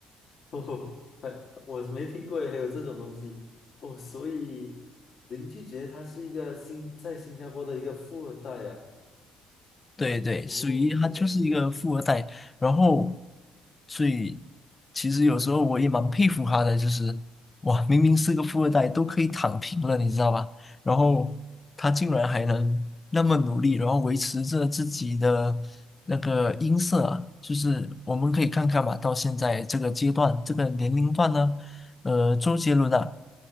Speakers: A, on the left; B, on the left.
A: <laughs> 哦，还我没听过，还有这种东西哦。所以林俊杰他是一个新在新加坡的一个富二代呀、啊。
B: 对对，
A: 哦，
B: 属于他就是一个富二代，
A: 原来是这样。
B: 然后，所以其实有时候我也蛮佩服他的，就是哇，明明是个富二代，都可以躺平了，你知道吧？然后他竟然还能那么努力，然后维持着自己的那个音色啊就是我们可以看看嘛，到现在这个阶段，这个年龄段呢。呃，周杰伦啊，